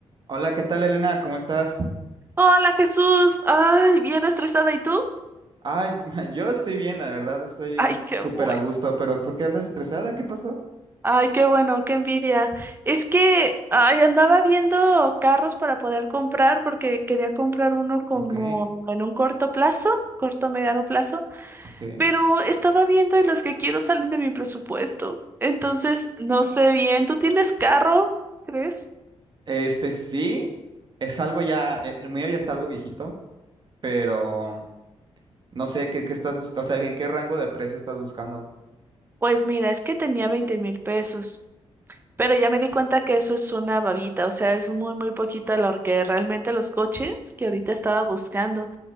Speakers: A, on the right; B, on the right.
A: Hola, ¿qué tal, Elena? ¿Cómo estás?
B: Hola Jesús, ay, bien estresada, ¿y tú?
A: Ay, <laughs> yo estoy bien, la verdad, estoy
B: Ay,
A: súper
B: qué bueno,
A: a gusto, pero ¿por qué andas estresada? ¿Qué pasó?
B: ay, qué bueno, qué envidia. Es que, ay, andaba viendo carros para poder comprar porque quería comprar uno como
A: Ok,
B: en un corto plazo, corto mediano plazo,
A: ok.
B: pero estaba viendo y los que quiero salen de mi presupuesto. Entonces, no sé bien, ¿tú tienes carro, crees?
A: Este sí, es algo ya, eh, lo mío ya está algo viejito, pero no sé qué, qué estás buscando, o sea, ¿en qué rango de precio estás buscando?
B: Pues mira, es que tenía veinte mil pesos. Pero ya me di cuenta que eso es una babita, o sea, es muy, muy poquita lo que realmente los coches que ahorita estaba buscando,